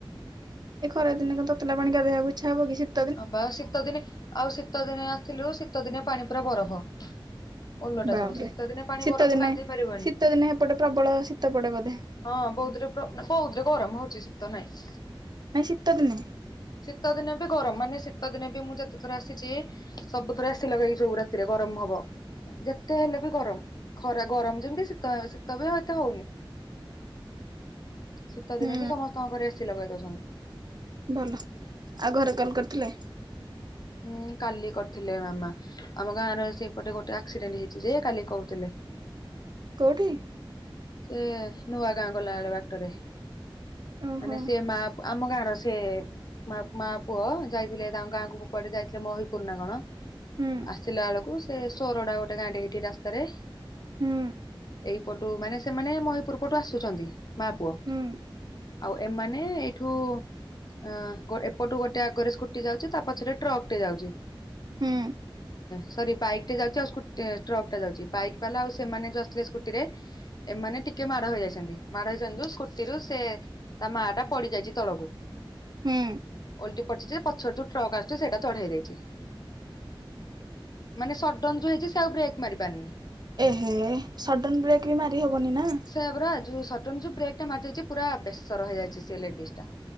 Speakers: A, on the right (about 50°); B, on the left (about 50°).
A: ଏ ଖରା ଦିନେ କଣ ତତଲା ପାଣିି ଦେବାକୁ ଇ୍ଛା ହବ କି ସିତ୍
B: ହ ବା ଶୀତ ଦିନେ ଆଉ ଶୀତ ଦିନେ ଆଥିଲୁ ଶୀତ ଦିନେ ପାଣି ପୁରା ବରଫ। ଓଲଟା
A: ବାପରେ
B: ସବୁ ଶୀତ ଦିନେ ପାଣି
A: ଶୀତ
B: ବରଫ
A: ଦିନେ
B: ଗାଧେଇ ପାରିବନି।
A: ଶୀତ ଦିନେ ହେପଟେ ପ୍ରବଳ ଶୀତ ପଡେ ବୋଧେ
B: ହଁ ବୌଦ୍ ବୌଦ୍ ରେ ଗରମ ହଉଛି ଶୀତ ନାଇଁ।
A: ନାଇଁ ଶୀତ ଦିନେ।
B: ଶୀତ ଦିନେ ବି ଗରମ ମାନେ ଶୀତ ଦିନେ ବି ମୁଁ ଯେତେଥର ଆସିଛି ସବୁଥର ଏସି ଲଗେଇକି ଶୋଉ ରାତିରେ ଗରମ ହବ। ଯେତେ ହେଲେ ବି ଗରମ ଖରା ଗରମ ଯେମିତି ଶୀତ ଶୀତ ବି ଆଉ ଏତେ ହଉନି। ଶୀତ
A: ହୁଁ
B: ଦିନେ ବି ସମସ୍ତଙ୍କ ଘରେ ଏସି ଲଗେଇ ଦଉସନ୍ତି।
A: ଭଲ, ଆଉ ଘରେ କଲ କରିଥିଲେ?
B: ହୁଁ କାଲି କରିଥିଲେ ମାମା। ଆମ ଗାଁ ରେ ସେପଟେ ଗୋଟେ ଆକ୍ସିଡେଣ୍ଟ ହେଇଛି ଯେ କାଲି କହୁଥିଲେ।
A: କୋଉଠି?
B: ସେ ନୂଆ ଗାଁ ଗଲାବେଳେ ବାଟରେ।
A: ଓହୋ
B: ମାନେ ସେ ମା ପ ଆମ ଗାଁର ସେ ମା ପ ମା ପୁଅ ଯାଇଥିଲେ ତାଙ୍କ ଗାଁକୁ କୁଆଡେ ଯାଇଥିଲେ ମହିପୁର ନା କଣ?
A: ହୁଁ
B: ଆସିଲା ବଳକୁ ସେ ସୋରଡା ଗୋଟେ ଗାଁ ଟେ ଏଇଠି ରାସ୍ତାରେ
A: ହୁଁ
B: ଏଇପଟୁ ମାନେ ସେମାନେ ମହିପୁର ପଟୁ ଆସୁଛନ୍ତି ମା ପୁଅ।
A: ହୁଁ
B: ଆଉ ଏମାନେ ଏଇଠୁ ଆ ଏପଟୁ ଗୋଟେ ଆଗରେ ସ୍କୁଟି ଯାଉଛି ତା ପଛରେ ଟ୍ରକ ଟେ ଯାଉଛି।
A: ହୁଁ
B: ସରି ବାଇକ୍ ଟେ ଯାଉଛି ଆଉ ସ୍କୁ ଟ୍ରକ୍ ଟେ ଯାଉଛି, ବାଇକ୍ ବାଲା ଆଉ ସେମାନେ ଯଉଥିଲେ ସ୍କୁଟି ରେ ଏମାନେ ଟିକେ ମାଡ ହେଇଯାଇଛନ୍ତି, ମାଡ ହେଇଛନ୍ତି ସ୍କୁଟିରୁୁ ସେ ତା ମା ଟା ପଡିଯାଇଛି ତଳକୁ
A: ହୁଁ
B: ଓଲଟି ପଡିଚ ଯେ ପଛର ଯୋଉ ଟ୍ରକ୍ ଆସୁଛି ସେଇଟା ଚଢେଇ ଦେଇଛି। ମାନେ ସଡନ ଯୋଉ ହେଇଛି ସେ ଆଉ ବ୍ରେକ୍ ମାରି ପାରନି।
A: ଏହେ ସଡନ ବ୍ରେକ୍ ବି ମାରି ହବନି ନା
B: ସେ ଯୋଉ ସଡ଼ନ ଯୋଉ ବ୍ରେକ ଟା ମାରି ଦେଇଛି ପୁରା ବେଷର ହେଇଯାଇଛି ସେଇ ଲେଡ଼ିଜ ଟା।